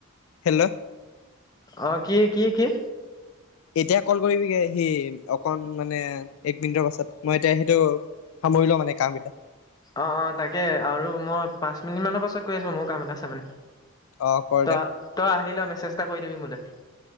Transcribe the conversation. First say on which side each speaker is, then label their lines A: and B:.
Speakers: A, on the left; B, on the left.
A: হেল্ল'
B: অ কি কি কি
A: এতিয়া কল কৰিবিগে সি অকন মানে এক মিনিটৰ পাছত মই এতিয়া সেইটো সামৰিলও মানে কাম কেইটা
B: অ অ তাকে আৰু মই পাঁচ মিনিট মানৰ পাছত গৈ আছো মোৰ কাম এটা আছে মানে,
A: অ কৰ
B: তই
A: দে
B: তই আহিল মেছেজ এটা কৰি দিবি মোলৈ